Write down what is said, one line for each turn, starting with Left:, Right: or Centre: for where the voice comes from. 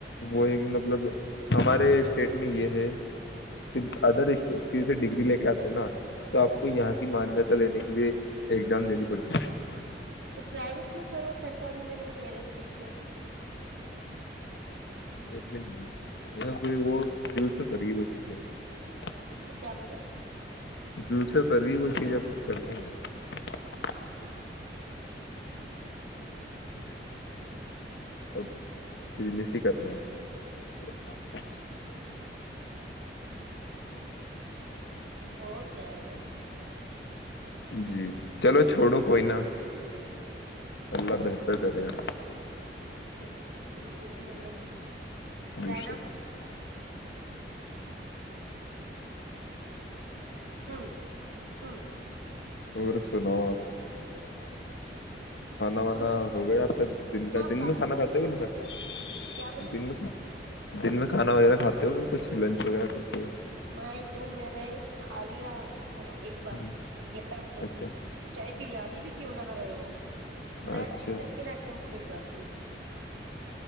Left: وہ ہے کہ مطلب ہمارے اسٹیٹ میں یہ ہے <unintelligible> <unintelligible> کہ ادر اسٹیٹ کی جسے ڈگری لے کے آتے ہیں نا تو آپ کو یہاں کی مانیہتا لینے کے لیے ایگزام دینی پڑتی <unintelligible> <unintelligible>
Right: تو پرائیویٹ میں کرو سرکاری میں نہیں دےیرا سیٹ تو <unintelligible>
Left: ہے اس میں نہیں وہ دل سے کر گی بچی کو <unintelligible> <unintelligible>
Right: کیا بولے <unintelligible> <unintelligible>
Left: بالسل تر گ وہ چیز اب ب کرنی ہے <unintelligible> <unintelligible>
Right: ا <unintelligible> <unintelligible>
Left: اب بجنس ہی کرنا ہے <unintelligible> <unintelligible>
Right: ہو جائے گا
Left: ہے
Right: <unintelligible> <unintelligible>
Left: جی چلو چھوڑو کوئ ی نہ اللہ بہتر کرے گا <unintelligible>
Right: ہاں دیکھو ک بھی چیز <unintelligible> مل <unintelligible> زیناب
Left: بے شک
Right: ہاں ہاں <unintelligible> <unintelligible>
Left: اور سناو آپ <unintelligible> کھانا وانا
Right: ہوں
Left: ہو گیا آپ کا دن کا
Right: ہاں
Left: دن
Right: کافی
Left: میں کھانا کھاتا
Right: دیر
Left: وہ
Right: ہوگی
Left: نہیں کھاتا
Right: کیا بولے
Left: دن میں <unintelligible> دن میں کھانا وغیرہ کھاتے ہو کہ کچھ لنچ وغیرہ کرتے ہو
Right: نہیں جو میں نے کھا لیا کھانا ایک بار
Left: ہوں
Right: گیارہ بجے
Left: اچھا
Right: چاہے بریانی بھی کیوں نہ ہ رہے وہ میں
Left: اچھا
Right: سیکنڈ اٹمٹ نہیں کرتی <unintelligible> اسس کو <unintelligible>